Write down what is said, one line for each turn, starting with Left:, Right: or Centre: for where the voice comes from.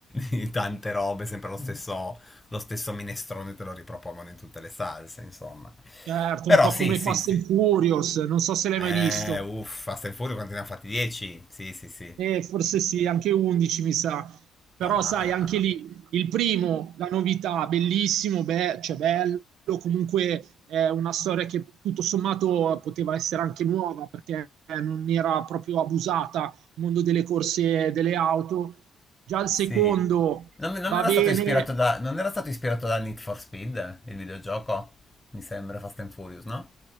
Left: di tante robe, sempre lo stesso, lo stesso minestrone te lo ripropongono in tutte le salse, insomma.
Right: Certo,
Left: Però
Right: un po'
Left: sì,
Right: come
Left: sì,
Right: Fast
Left: sì.
Right: and Furious, non so se l'hai
Left: Eh,
Right: mai visto.
Left: uffa, Fast and Furious quanti ne ha fatti? 10? Sì, sì, sì.
Right: Eh, forse sì, anche 11 mi sa. Però
Left: Ah, ah,
Right: sai,
Left: ah,
Right: anche
Left: ah.
Right: lì il primo, la novità, bellissimo, beh, cioè bello, comunque è una storia che tutto sommato poteva essere anche nuova perché eh, non era proprio abusata il mondo delle corse e delle auto. Già il
Left: Sì.
Right: secondo
Left: Non, non
Right: va
Left: era
Right: bene,
Left: stato ispirato da, non era stato ispirato da Need for Speed, il videogioco? Mi sembra Fast and Furious, no?